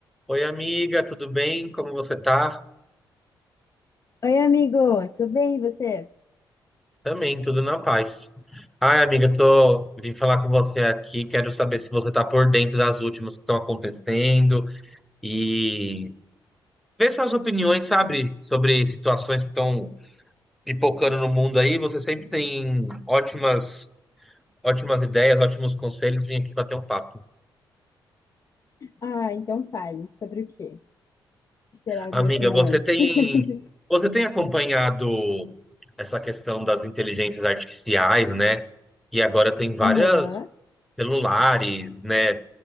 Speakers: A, in the centre; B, on the left.
A: Oi, amiga, tudo bem? Como você tá?
B: Oi, amigo, tudo bem e você?
A: Também, tudo na paz. Ai, amiga, tô vim falar com você aqui, quero saber se você tá por dentro das últimas que estão acontecendo e ver suas opiniões, sabe, sobre situações que estão pipocando no mundo aí. Você sempre tem ótimas ótimas ideias, ótimos conselhos, vim aqui bater um papo.
B: Ah, então fale sobre o quê? Será a
A: Amiga,
B: minha opinião?
A: você tem
B: <laughs>
A: você tem acompanhado essa questão das inteligências artificiais, né? E agora tem várias
B: Aham,
A: celulares, né?